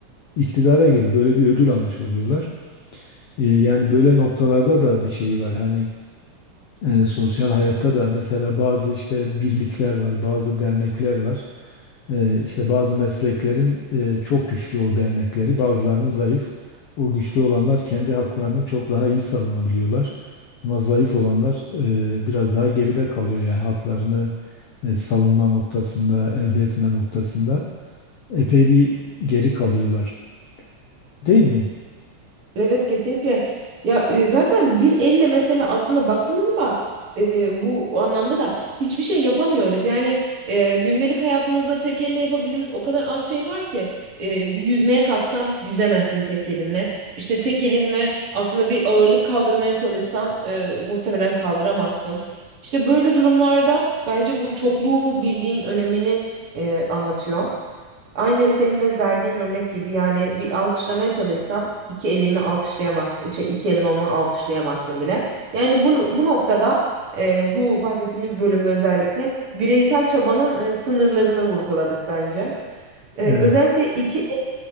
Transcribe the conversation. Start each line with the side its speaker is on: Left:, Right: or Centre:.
Left: iktidara geliyor. Böyle bir ödül almış oluyorlar. E, Yani böyle noktalarda da bir şey var. Hani E, sosyal hayatta da mesela bazı işte birlikler var, bazı dernekler var. E, işte bazı mesleklerin e, çok güçlü o dernekleri, bazılarının zayıf. O güçlü olanlar kendi haklarını çok daha iyi savunabiliyorlar. Ama zayıf olanlar e, biraz daha geride kalıyor yani haklarını e, savunma noktasında, elde etme noktasında epey bir geri kalıyorlar. Değil mi?
Right: Evet kesinlikle. Ya e, zaten bir elle mesela aslında baktığımızda e, bu anlamda da hiçbir şey yapamıyoruz. Yani e, gündelik hayatımızda tek elle yapabildiğimiz o kadar az şey var ki e, yüzmeye kalksan yüzemezsin tek elinle. İşte tek elinle aslında bir ağırlık kaldırmaya çalışsan e, muhtemelen kaldıramazsın. İşte böyle durumlarda bence bu çokluğun birliğin önemini e, anlatıyor. Aynı senin de verdiğin örnek gibi yani bir alkışlamaya çalışsan iki elinle alkışlayamaz, şey iki elin olmadan alkışlayamazsın bile. Yani bu, bu noktada e, bu bahsettiğimiz bölümde özellikle bireysel çabanın e, sınırlarını vurguladık bence. E,
Left: Evet.
Right: özellikle iki